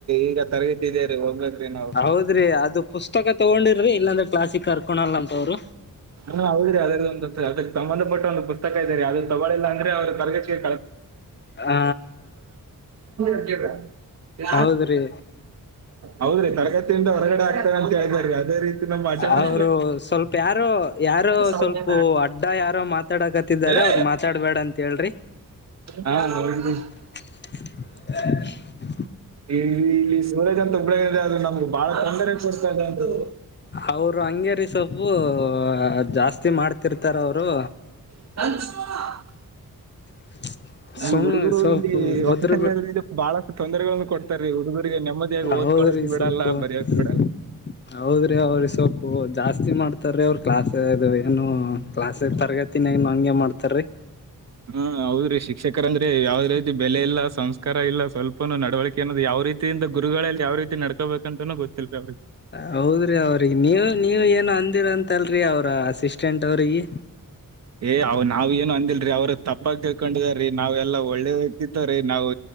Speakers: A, on the right; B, on the left.
A: ಈಗ ತರಗತಿದೇ ರೀ ಹೋಗಬೇಕ್ರಿ ನಾವು.
B: ಹೌದ್ರಿ ಅದು ಪುಸ್ತಕ ತಗೊಂಡಿರ್ರಿ ಇಲ್ಲಂದ್ರೆ ಕ್ಲಾಸಿಕ್ ಕರ್ಕೊಳಲ್ಲ ಅಂತವ್ರ.
A: ಹಾ ಹೌದ್ರೀ ಅದ್ರದೊಂದು ಅದಕ್ಕೆ ಸಂಬಧಟ್ಟ ಒಂದು ಪುಸ್ತಕ ಇದೆ ರೀ ಅದು ತೊಕೊಳಿಲ್ಲ ಅಂದ್ರೆ ಅವ್ರ ತರಗತಿ.
B: ಹ
A: <unintelligible> <unintelligible>
B: ಹೌದ್ರಿ
A: ಹೌದ್ರಿ ತರಗತಿಯಿಂದ ಹೊರಗಡೆ ಆಗ್ತಾರ ಅಂತ ಹೇಳಾರೀ ಅದೇ ರೀತಿ ನಮ್ಮ ಆಚರಣೆ
B: ಅವರು ಸ್ವಲ್ಪ ಯಾರೋ ಯಾರೋ
A: ಸೌಮ್ಯ
B: ಸ್ವಲ್ಪ ಅಡ್ಡ ಯಾರೋ ಮಾತಾಡಕತ್ತಿದ್ದಾರೆ
A: ಮೇಡಮ್
B: ಅವ್ರು ಮಾತಾಡಬೇಡಂತ. ಹೇಳ್ರಿ.
A: ಹಾ <unintelligible>
B: <unintelligible>
A: ಇ ಇಲ್ಲಿ ಸೂರಜ್ ಅಂತ ಒಬ್ಬಇದೆ ಆದ್ರದು ನಮ್ಗೆ ಬಹಳ ತೊಂದರೆ ಕೊಡ್ತದೆ ಅದು.
B: ಅವರು ಹಂಗೇರಿ ಸೊಪ್ಪು ಜಾಸ್ತಿ ಮಾಡ್ತಿರ್ತಾರ ಅವರು.
A: <inaudible>
B: <inaudible>
A: ಈ ಹುಡುಗರು
B: ಸ್ವಲ್ಪ
A: ಇಲ್ಲಿ ಹೊಸತಿನಿಲಯದಲ್ಲಿ
B: ಒದ್ರ
A: ಬಹಳಷ್ಟು ತೊಂದರೆಗಳನ್ನು ಕೊಡ್ತಾರೀ ಹುಡುಗರಿಗೆ ನೆಮ್ಮದಿಯಾಗಿ ಓದ್ಕೊಳ್ಳೋಕಕ್
B: ಹೌದ್ರಿ
A: ಬಿಡಲ್ಲ
B: ಸ್ವಲ್ಪ
A: ಬರೀಯೋಕ್ ಬಿಡಲ್ಲ.
B: <inaudible> ಹೌದ್ರಿ ಅವ್ರಿ ಸೊಪು ಜಾಸ್ತಿ ಮಾಡ್ತಾರೀ ಅವ್ರರು ಕ್ಲಾಸ್ ಇದು ಏನು ಕ್ಲಾಸ್ ತರಗತಿ. ದಿನಯಾಗ ನಾ ಹಂಗೆ ಮಾಡ್ತಾರೆ ರೀ.
A: ಹ್ಮ ಹೌದ್ರಿ ಶಿಕ್ಷಕರ ಅಂದ್ರಿ ಯಾವ್ರ. ಬೆಲೆ ಇಲ್ಲ ಸಂಸ್ಕಾರ ಇಲ್ಲ ಸ್ವಲ್ಪನೂ ನಡವಳಿಕೆ ಅನ್ನೋದು ಯಾವ ರೀತಿಯಿಂದ ಗುರುಗಳಲ್ಲಿ ಯಾವ ರೀತಿ ನೆಡ್ಕೊ. ಬೇಕಂತನು ಗೊತ್ತಿರಿ ಅವ್ರಿಗೆ.
B: ಹೌದ್ರಿ ಅವ್ರಿಗೆ ನೀವ ನೀವ ಏನು ಅಂದಿರಂತಲ್ರರಿ ಅವ್ರ ಅಸಿಸ್ಟೆಂಟ್ ಅವ್ರಿಗೆ.
A: ಏ ಅವ್ ನಾವ್ ಏನು ಅಂದಿಲ್ರರಿ ಅವ್ರ ತಪ್ಪಾಗಿ ತಿಳ್ಕೊಂಡಿದಾರೀ ನಾವೆಲ್ಲ ಒಳ್ಳೆ ವ್ಯಕ್ತಿತ್ವ ರೀ ನಾವು.